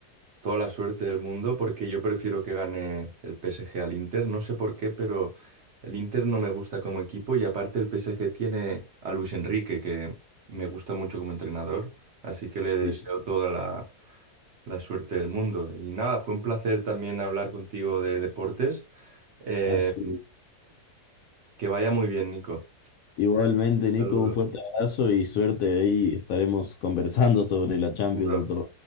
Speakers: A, on the right; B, on the left.
A: toda la suerte del mundo porque yo prefiero que gane el PSG al Inter. No sé por qué, pero el Inter no me gusta como equipo y aparte el PSG tiene a Luis Enrique, que me gusta mucho como entrenador, así que le
B: Sí,
A: deseo
B: sí,
A: toda la La suerte del mundo. Y nada, fue un placer también hablar contigo de deportes. Eh,
B: así. es.
A: que vaya muy bien, Nico.
B: Igualmente, Nico,
A: Saludos.
B: un fuerte abrazo y suerte. Ahí estaremos conversando sobre la Champions
A: Seguro.
B: otro